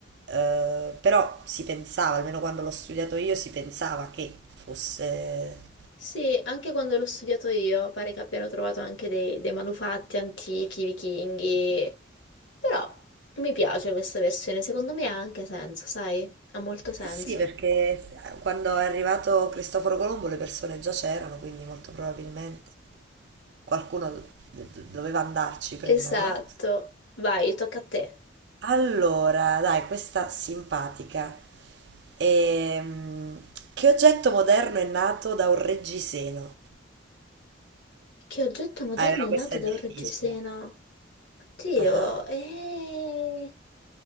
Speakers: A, on the right; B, on the left.
A: eh, però si pensava, almeno quando l'ho studiato io, si pensava che fosse...
B: Sì, anche quando l'ho studiato io, pare che abbiano trovato anche dei, dei manufatti antichi, vichinghi, però mi piace questa versione, secondo me ha anche senso, sai? Ha molto senso.
A: Eh sì, perché quando è arrivato Cristoforo Colombo le persone già c'erano, quindi molto probabilmente... qualcuno do- do- doveva andarci prima,
B: Esatto,
A: no?
B: vai, tocca a te.
A: Allora, dai, questa simpatica. Ehm, che oggetto moderno è nato da un reggiseno?
B: Che oggetto moderno
A: Ah, però
B: è
A: questa
B: nato
A: è
B: da
A: difficile.
B: un reggiseno? Oddio,
A: Ah.
B: e...